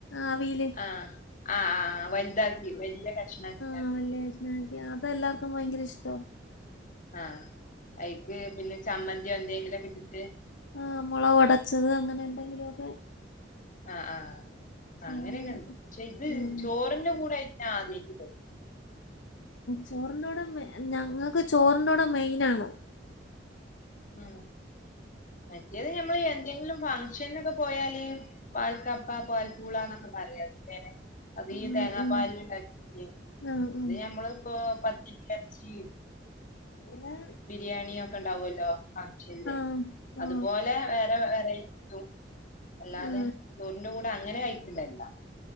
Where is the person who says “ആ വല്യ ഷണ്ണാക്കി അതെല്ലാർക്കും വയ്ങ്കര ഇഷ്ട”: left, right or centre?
Left